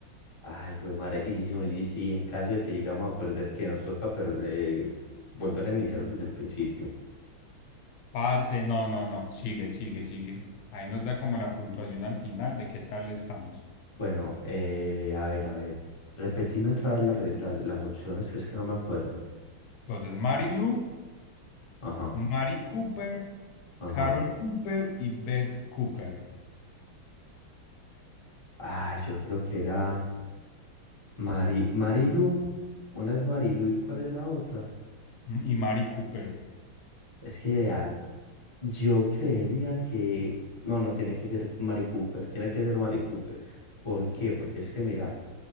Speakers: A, on the left; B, on the left.
A: Ay, güey, madre, y si, y si en caso de que llegamos a perder, que nos toca perder, eh, volver a iniciar desde el principio.
B: Parce, no, no, no. Sigue, sigue, sigue. Ahí nos da como la puntuación al final de qué tal estamos.
A: Bueno, eh, a ver, a ver. Repetime otra vez la re- la- las opciones, que es que no me acuerdo.
B: Entonces, Mary Lou,
A: Ajá,
B: Mary Cooper,
A: ajá.
B: Carol Cooper y Beth Cooper.
A: Ah, yo creo que era Mari, Marilu. Una es Marilu y ¿cuál es la otra?
B: Y Mary Cooper.
A: Es que vean, yo creería que... No, no tiene que ser Mari Cooper, tiene que ser Mari Cooper. ¿Por qué? Porque es que mira.